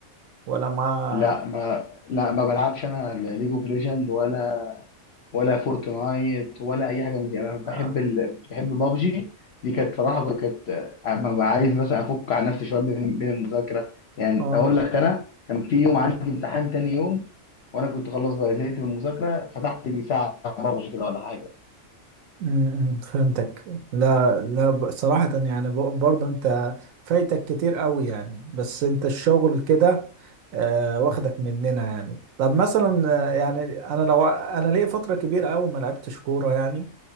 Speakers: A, on the right; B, on the left.
A: ولا ما
B: لا ما لا ما بلعبش انا ليج اوف ليجند ولا ولا فورتنايت ولا اي حاجه من دي انا بحب
A: اه
B: ال... كنت بحب بابجي دي كانت صراحه كانت اما ببقى عايز مثلا افك عن نفسي شويه بين بين المذاكره يعني
A: آه.
B: اقول لك انا كان في يوم عندي امتحان تاني يوم وانا كنت خلاص بقى زهقت من المذاكره فتحت لي ساعه بابجي كده ولا حاجه
A: أمم، فهمتك لا لا ب- صراحة يعني ب- برضه انت فايتك كتير قوي يعني بس انت الشغل كده آه، واخدك مننا يعني طب مثلا آه، يعني انا لو انا ليا فترة كبيرة قوي ما لعبتش كورة يعني